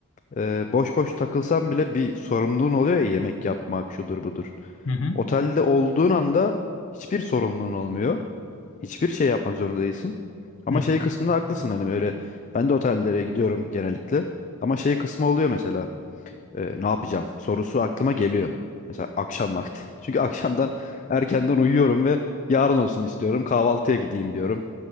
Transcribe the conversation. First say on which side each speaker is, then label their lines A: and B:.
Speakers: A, on the left; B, on the left.
A: eee, boş boş takılsam bile bir sorumluluğun oluyor ya yemek yapmak şudur budur.
B: Hı hı,
A: Otelde olduğun anda hiçbir sorumluluğun olmuyor. Hiçbir şey yapmak zorunda değilsin. Ama
B: hı hı.
A: şey kısmında haklısın hani böyle ben de otellere gidiyorum genellikle. Ama şey kısmı oluyor mesela e, ne yapacağım sorusu aklıma geliyor. Mesela akşam vakti. <laughs> Çünkü akşamdan erkenden uyuyorum ve yarın olsun istiyorum. Kahvaltıya gideyim diyorum.